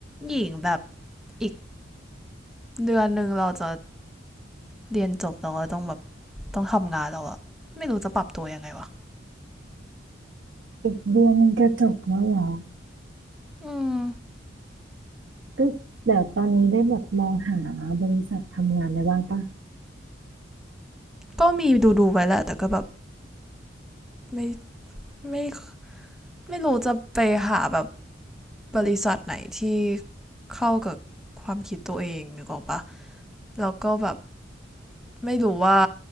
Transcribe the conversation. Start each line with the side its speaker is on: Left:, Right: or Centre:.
Centre: หญิงแบบอีกเดือนหนึ่งเราจะเรียนจบแล้วก็ต้องแบบต้องทำงานแล้วอะไม่รู้จะปรับตัวยังไงวะ
Right: อีกเดือนมันจะจบแล้วเหรอ
Centre: อืม
Right: ก็เดี๋ยวตอนนี้ได้แบบมองหาบริษัททำงานอะไรบ้างปะ
Centre: ก็มีดูดูไว้แหละแต่ก็แบบไม่ไม่ไม่รู้จะไปหาแบบบริษัทไหนที่เข้ากับความคิดตัวเองนึกออกปะแล้วก็แบบไม่รู้ว่า